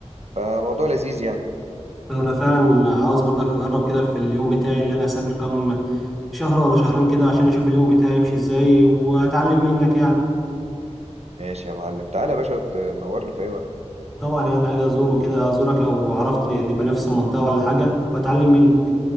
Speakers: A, on the right; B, in the centre.
A: فموضوع لذيذ يعني
B: انا فعلا عاوز برضك اجرب كده في اليوم بتاعي اللي انا اسافر كام شهر ولا شهرين كده عشان اشوف اليوم بتاعي يمشي ازاي واتعلم منك يعني
A: ماشي يا معلم تعالى يا باشا تنورني في اي وقت
B: طبعا يعني عايز ازوره كده ازورك لو عرفت ن- نبقى نفس المنطقة ولا حاجة واتعلم منك